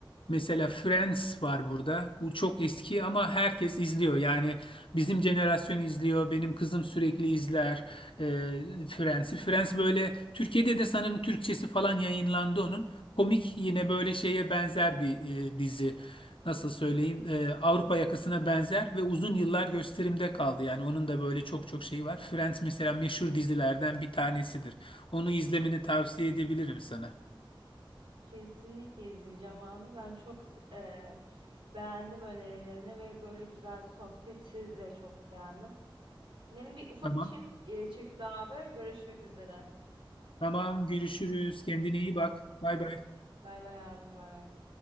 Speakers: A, on the left (about 75°); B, on the right (about 85°).
A: Mesela Friends var burada. Bu çok eski ama herkes izliyor. Yani bizim jenerasyon izliyor. Benim kızım sürekli izler e, Friends'i. Friends böyle Türkiye'de de sanırım Türkçesi falan yayınlandı onun. Komik yine böyle şeye benzer bir e, dizi. Nasıl söyleyeyim? E, Avrupa yakasına benzer ve uzun yıllar gösterimde kaldı. Yani onun da böyle çok çok şeyi var. Friends mesela meşhur dizilerden bir tanesidir. Onu izlemeni tavsiye edebilirim sana.
B: Kesinlikle izleyeceğim abi. Ben çok s- eee, beğendim önerilerini ve böyle güzel sohbeti de çok beğendim. Benim bir ufak
A: Tamam.
B: işim eee, çıktı abi. Görüşmek üzere.
A: Tamam görüşürüz. Kendine iyi bak. Bay bay.
B: Bay bay abi, bay bay.